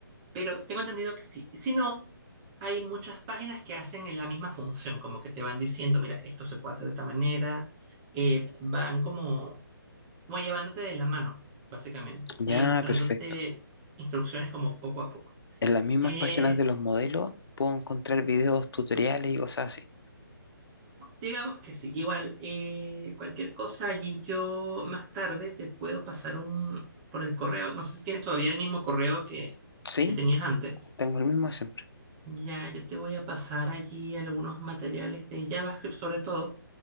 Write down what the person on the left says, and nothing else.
Ya,
perfecto.
En las mismas
páginas de los modelos puedo encontrar videos, tutoriales y cosas así.
Sí,
tengo el mismo siempre.